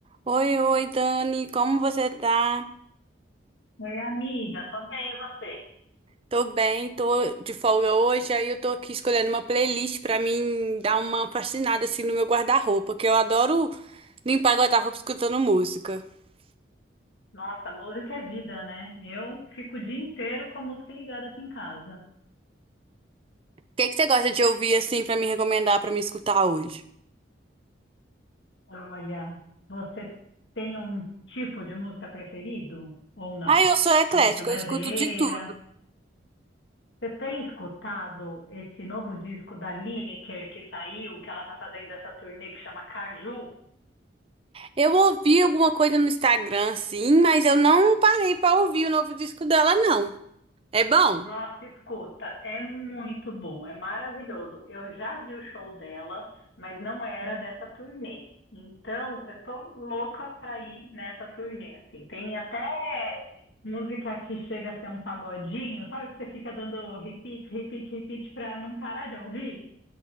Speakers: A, on the right (about 30°); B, on the left (about 70°).
A: Oi, oi, Dani, como você tá?
B: Oi, amiga, tô bem, e você?
A: Tô bem, tô de folga hoje, aí eu tô aqui escolhendo uma playlist pra mim dar uma faxinada assim no meu guarda-roupa, que eu adoro limpar guarda-roupa escutando música. O
B: Nossa, música é vida, né? Eu fico o dia inteiro com a música ligada aqui em casa.
A: que que você gosta de ouvir assim pra me recomendar pra me escutar hoje?
B: Olha, você tem um tipo de música preferido ou não?
A: Ah, eu sou eclética,
B: Música brasileira?
A: eu escuto de tudo.
B: Você tem escutado esse novo disco da Lineker que saiu, que ela tá fazendo essa turnê que chama Caju?
A: Eu ouvi alguma coisa no Instagram, sim, mas eu não parei pra ouvir o novo disco dela, não. É bom?
B: Nossa, escuta, é muito bom, é maravilhoso. Eu já vi o show dela, mas não era dessa turnê. Então, eu tô louca pra ir nessa turnê, assim. Tem até música que chega a ser um pagodinho, sabe? Que você fica dando repeat, repeat, repeat pra não parar de ouvir?